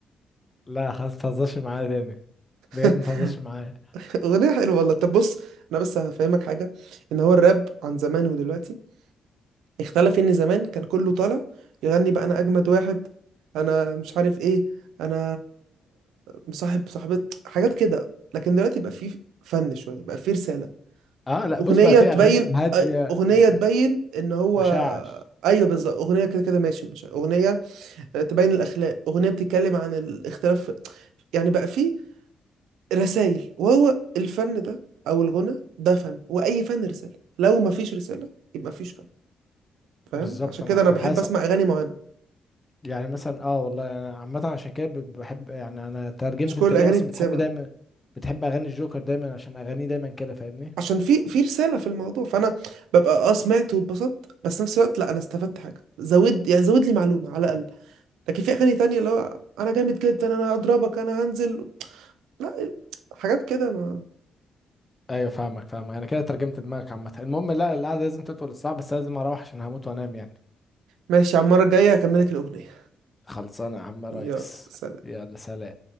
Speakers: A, on the left; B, on the right.
A: لا خلاص متهزرش معايا تاني بجد
B: <laughs>
A: متهزرش معايا
B: اغنية حلوة والله طب بص انا بس هفهمك حاجة ان هو الراب عن زمان ودلوقتي اختلف ان زمان كان كله طالع يغني بقى انا اجمد واحد انا مش عارف ايه انا مصاحب صاحبة حاجات كده لكن دلوقتي بقى فيه فن شوية بقى فيه رسالة
A: أه لا
B: اغنية
A: بص بقى في
B: تبين
A: أغاني هادية
B: أي- اغنية
A: آه،
B: تبين ان هو
A: مشاعر
B: ايوه بالظبط اغنية كده كده ماشي مش اغنية تبين الاخلاق اغنية بتتكلم عن الاختلاف يعني بقى فيه رسائل وهو الفن ده او الغنى ده فن واي فن رسالة لو مفيش رسالة يبقى مفيش فن فاهم
A: بالظبط
B: عشان
A: أنا
B: كده انا
A: أنا
B: بحب
A: حاسس
B: اسمع اغاني معينة
A: يعني مثلا أه والله أنا عامة عشان كده ب- بحب يعني أنا ترجمت
B: مش كل
A: أنت
B: الاغاني
A: ليه أصلا
B: تتسمع
A: بتحب دايما بتحب أغاني الجوكر دايما عشان أغانيه دايما كده فاهمني
B: عشان في في رساله في الموضوع فانا ببقى اه سمعت واتبسطت بس نفس الوقت لا انا استفدت حاجه زود يعني زود لي معلومه على الاقل لكن في اغاني تانية اللي هو انا جامد جدا انا اضربك انا هنزل لا حاجات كده ما
A: ايوه فاهمك فاهمك انا كده ترجمت دماغك عامه المهم لا القعده لازم تطول الساعه بس لازم اروح عشان هموت وانام يعني
B: ماشي على المره الجايه اكملك الاغنيه
A: خلصانه يا عم ريس
B: يلا سلام
A: يلا سلام